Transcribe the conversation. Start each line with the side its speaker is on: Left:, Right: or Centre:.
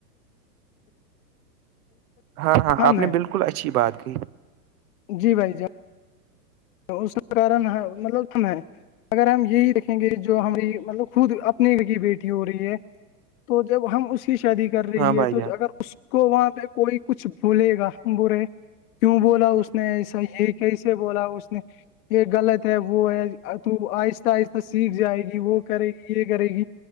Right: ہاں ہاں
Left: ہم
Right: آپ
Left: ہے
Right: نے بالکل اچھی بات کہ
Left: جی بھائی ج اس کا کارن مطلب ہے اگر ہم یہی د گے جو ہماری مطلب خود اپنی کی بیٹی ہو رہی ہے تو جب ہم اسی شادی کر رہی
Right: ہاں
Left: ہے
Right: بھائی
Left: تو
Right: جان
Left: اگر اس کو وہاں پہ کوئی کچھ بھولے گا برے کیوں بولا اس نے ایسا یہ کیسے بولا اس نے یہ غلط ہے وہ ہے تو آہستہ آہستہ سیکھ جائے گی وہ کرے گی یہ کرے گی